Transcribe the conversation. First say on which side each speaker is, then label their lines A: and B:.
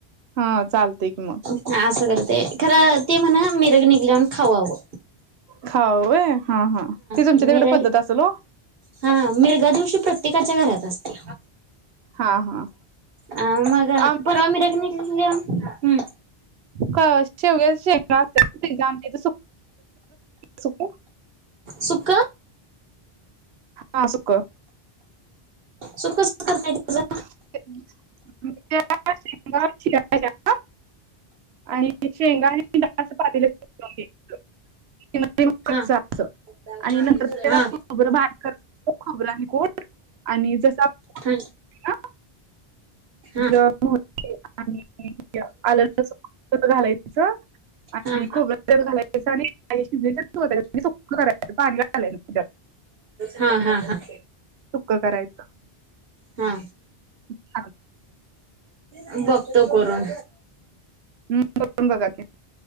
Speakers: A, on the right (about 85°); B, on the right (about 70°).
A: हा चालते कि मग
B: ह असं करते खरं ते म्हणा मिरग निघल्यावर खाऊ हवं
A: खावाव हा हा तुमच्या
B: म
A: तिकडे पद्धत असेल ओ.
B: हा मिरगा दिवशी प्रत्येकाच्या घरात असते
A: हा हा
B: अ मग
A: आमच्या
B: परवा मी मिरगे हम्
A: का शेवग्या शेंगा आमच्या कडे सुक्या
B: सुका
A: हा सुकं
B: सुकं करताय
A: श आणि शेंगा आणिडा असं प किन
B: हा
A: अस
B: हा
A: आणि नंतर त्याला खोबरं बारीक खोबरं आहे कोठ आणि जस
B: हा
A: ह
B: हा
A: गरम हो आणि आलं घालायच आणि
B: हा
A: खोबरत घालायचं आणि शिजरं करायचं पाणी घालायच
B: हा हा हा
A: सुकं करायचं
B: हा
A: च्छा
B: ह बघतो करून
A: हम्म करुन बघा की